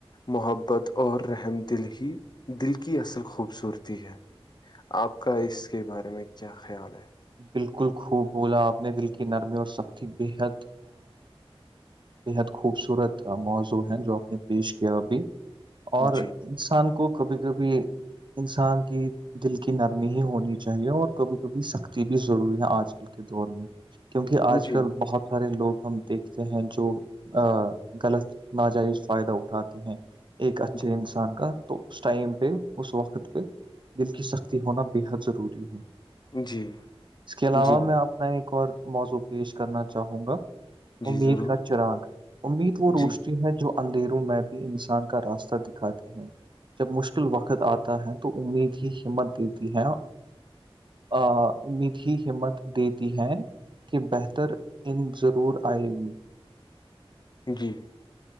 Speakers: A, on the left; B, on the right.
A: محبت اور رحم دل ہی دل کی اصل خوبصورتی ہے آپ کا اس کے بارے میں کیا خیال ہے
B: بالکل خوب بولا آپ نے دل کی نرمی اور سختی بےحد بےحد خوبصورت موضوع ہے جو آپ نے پیش کیا ابھی اور
A: جی
B: انسان کو کبھی کبھی انسان کی دل کی نرمی ہی ہونی چاہیے اور کبھی بھی سختی بھی ضروری ہے آج کل کے دور میں کیونکہ آج
A: جی
B: کل بہت سارے لوگ ہم دیکھ ہیں جو غلط ناجائز فائدہ اٹھاتے ہیں ایک اچھے
A: جی
B: انسان کا تو اس ٹائم پہ اس وقت پہ دل کی سختی ہونا بے حد ضروری ہے
A: جی
B: اس کے علاوہ
A: جی ب
B: میں اپنا ایک اور موضوع پیش کرنا چاہوں گا
A: جی
B: امید
A: ضرور
B: کا چراگ امید وہ روشنی
A: جی
B: ہے جو اندھیروں میں بھی انسان کا راستہ دکھاتی ہے جب مشکل وقت آتا ہے تو امید ہی ہمت دیتی ہے ا امید ہی ہمت دیتی ہے کہ بہتر ان ضرور آئے گی
A: جی